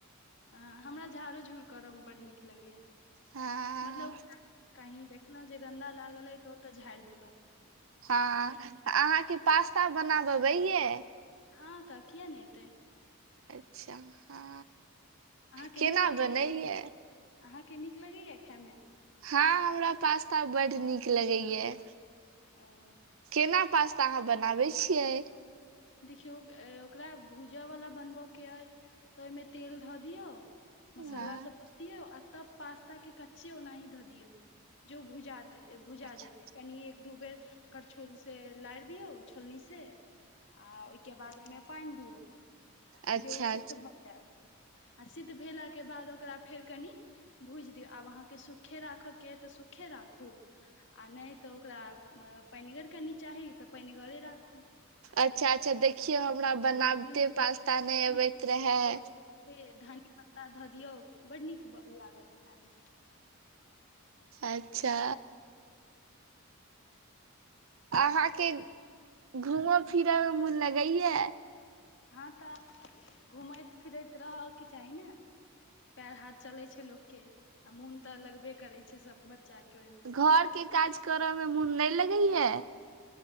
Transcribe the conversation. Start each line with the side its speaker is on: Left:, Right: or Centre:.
Left: ह हमरा झाड़ो झूर करयमे बड्ड नीक लगैए
Right: हँ
Left: मतलब कही देखलहुँ जे गन्दा लागल अइ तऽ ओतऽ झाड़ि देलहुँ
Right: हँ अहाँके पास्ता बनाबबैये
Left: हँ तऽ किया नहि अतै
Right: अच्छा हँ
Left: अहाँकेँ
Right: केना
Left: नीक लगैया
Right: बनैये
Left: की अहाँकेँ नीक लगैया खायमे
Right: हँ हमरा पास्ता बड्ड नीक लगैया
Left: ओ
Right: केना पास्ता अहाँ बनाबैत छियै
Left: देखियौ ओकरा भूजय वला बनबयके अइ तँ ओहिमे तेल धऽ दियौ मसाला
Right: हँ
Left: सब दऽ दियऔ आ तब पास्ता के कच्चे ओनाही धऽ दियौ जे ओ भुजाे भुजा
Right: अच्छा
Left: जेतै कनि एक दू बेर करछुल से लारि दियौ छोलनी से आ ओहिके बाद ओहिमे पानि दियौ
Right: अच्छा
Left: जे ओ सिद्ध भऽ जायत आ सिद्ध भेला के बाद ओकरा फेर कनि भुजि दियौ आब अहाँ के सुखे राखऽ के अइ तऽ सुखे राखू आ नहि तऽ ओकरा पानिगर कनि चाही तऽ पानिगरे राखू
Right: अच्छा अच्छा देखियौ हमरा बनाबते
Left: नून तून
Right: पास्ता नहि अबैत
Left: नून
Right: रहए
Left: यौ से धनी पत्ता धऽ दियौ बड्ड नीक लागत खायमे
Right: अच्छा अहाँके घूमऽ फिरऽ मे मोन लगैया
Left: हँ तऽ घूमैत फिरैत रहयके चाही ने पैर हाथ चलै छै लोक के आ मोन तऽ लगबे करै छै सब बच्चा के ओहिमे
Right: घर के काज करऽ मे मोन नहि लगैया